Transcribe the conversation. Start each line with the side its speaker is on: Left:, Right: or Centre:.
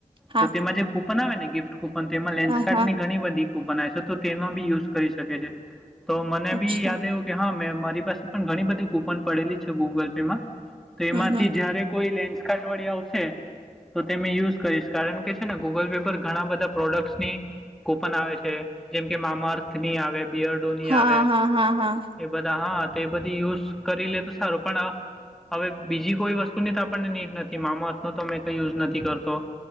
Right: હા
Centre: તો તેમાં જે કૂપન આવે ને ગિફ્ટ કૂપન તો એમાં લેન્સ્કાર્ડ
Right: હા હા
Centre: ની ઘણી બધી. પણ એસડ તો તેનો બી યુઝ કરી શકે છે તો મને
Right: અચ્છા
Centre: બી યાદ આયવું કે હા, મેં મારી પાસે પણ ઘણી બધી કૂપન પડેલી છે ગૂગલ પેમાં તો એમાંથી
Right: હમ હમ
Centre: જયારે કોઈ લેન્સ ખા અઠવાડયું આવશે. તો તે મેં યુઝ કરીશ કારણ કે છેને ગૂગલ પે પર ઘણાં બધાં પ્રોડક્ટ્સની કૂપન આવે છે. જેમ કે મામાર્થની આવે બિયર્ડોની
Right: હા
Centre: આવે
Right: હા હા હા
Centre: એ બધ હા, તે બધી યુઝ કરી લે તો સારું પણ અ હવે બીજી કોઈ વસ્તુની તો આપણને નીડ નથી મામત તો મેં કઈ યુઝ નથી કરતો